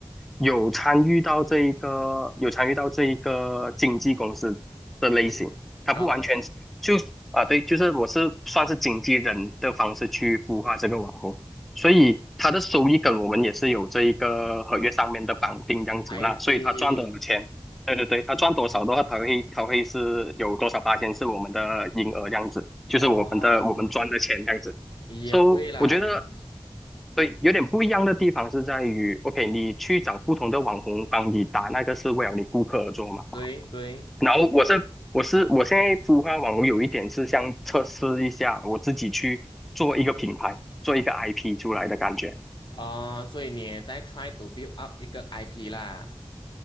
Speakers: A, in the centre; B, on the left (about 55°).
A: 有参与到这一个有参与到这一个经纪公司的类型，
B: 嗯，
A: 它不完全是就啊、
B: 然后
A: 呃对，就是我是算是经纪人的方式去孵化这个网红，所以它的收益跟我们也是有这一个合约上面的绑定这样子啦，
B: I see，
A: 所以他赚的钱。对对对，他赚多少的话，他会他会是有多少八千是我们的营额这样子，就是我们的我们赚的钱这样子。
B: 哦，也对啦，
A: So 我觉得
B: 嗯
A: 对，有点不一样的地方是在于，OK，你去找不同的网红帮你打那个是为了你顾客而做嘛。
B: 对对，
A: 然后我是我是我现在孵化网红有一点是像测试一下我自己去做一个品牌，做一个 IP 出来的感觉。
B: 哦，所以你也在 try to build up 一个 IP 啦。